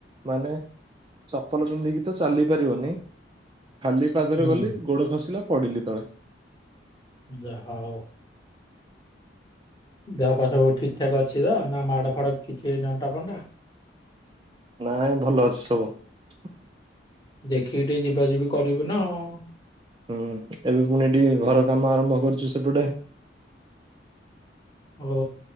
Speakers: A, on the right; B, on the left.
A: ମାନେ । ଚପଲ ପିନ୍ଧିକି ତ ଚାଲି ପାରିବନି । ଖାଲି ପାଦରେ
B: ହୁଁ।
A: ଗଲି ଗୋଡ଼ ଖସିଲା ପଡ଼ିଲି ତଳେ।
B: ଯାହା ହଉ । ଦେହ ପା ସବୁ ଠିକ ଠାକ ଅଛି ତ ନା ମାଡ ଫାଡ କିଛି ହେଇନି ଅଣ୍ଟା ଫଣ୍ଟା।
A: ନାଇଁ ଭଲ ଅଛି ସବୁ ।
B: ଦେଖିକି ଟିକେ ଯିବା ଯିବି କରିବୁ ନା ।
A: ହୁଁ ଏବେ ପୁଣି ଏଠି ଘର କାମ ଆରମ୍ଭ କରୁଛୁ ସେପଟେ ।
B: ଓ